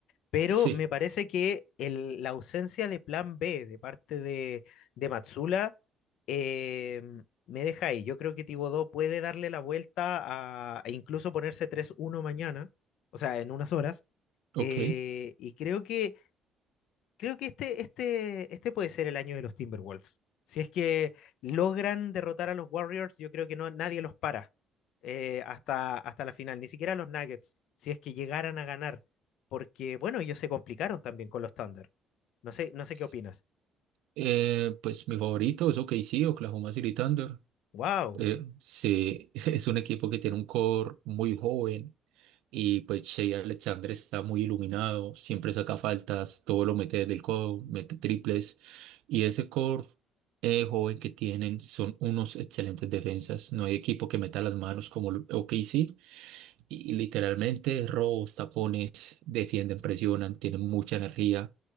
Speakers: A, on the left; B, on the right.
A: Pero
B: Sí,
A: me parece que el- la ausencia de plan B de parte de, de Matsula eh, me deja ahí. Yo creo que Tibodó puede darle la vuelta a, e incluso ponerse tres uno mañana, o sea, en unas horas.
B: ok.
A: Eh, y creo que Creo que este, este, este puede ser el año de los Timberwolves. Si es que logran derrotar a los Warriors, yo creo que no, nadie los para eh, hasta, hasta la final, ni siquiera los Nuggets, si es que llegaran a ganar, porque bueno, ellos se complicaron también con los Thunder. No sé, no sé
B: S-
A: qué opinas.
B: eh, pues mi favorito es OKC, Oklahoma City Thunder.
A: ¡Wow!
B: Eh, sí, <laughs> es un equipo que tiene un core muy joven Y pues Shea Alexander está muy iluminado, siempre saca faltas, todo lo mete desde el codo, mete triples. Y ese core eh, joven que tienen son unos excelentes defensas. No hay equipo que meta las manos como el OKC. Y, y literalmente robos, tapones, defienden, presionan, tienen mucha energía.